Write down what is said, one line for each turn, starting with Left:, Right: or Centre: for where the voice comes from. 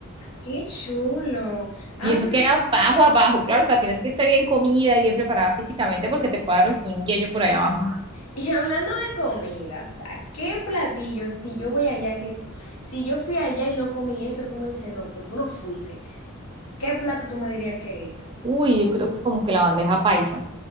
Left: qué chulo. Ah,
Right: Y eso
Left: pero
Right: queda
Left: sí.
Right: abajo, abajo. Claro, o sea, tienes que irte bien comida y bien preparada físicamente porque te puede dar hasta un yello por ahí abajo.
Left: Y hablando de comida, o sea, ¿qué platillo? Si yo voy allá, que si yo fui allá y no comí eso, tú me dices, no, pero tú no fuiste. ¿Qué plato tú me dirías que es ese?
Right: Uy, yo creo que como que la bandeja paisa.